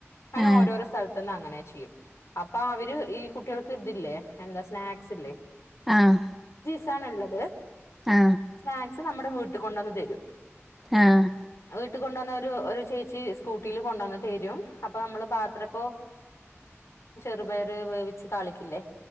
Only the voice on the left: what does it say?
അങ്ങനെ
ഓരോരോ സ്ഥല ത്ത്ന്നങ്ങനെ ചെയ്യും അപ്പൊ അവര് ഈ കുട്ടികൾക്ക് ഇതില്ലേ എന്താ സ്നാക്സില്ലേ
ത്താണുള്ളത്
സ്നാക്സ് നമ്മുടെ വീട്ട് കൊണ്ടന്ന് തരും
വീട്ട് കൊണ്ടന്ന് ഒരു ചേച്ചി സ്കൂട്ടില് കൊണ്ടന്ന് തരും അപ്പ നമ്മള് പാത്രം പ്പൊ ഒരു വേവിച്ച് താളിക്കില്ലേ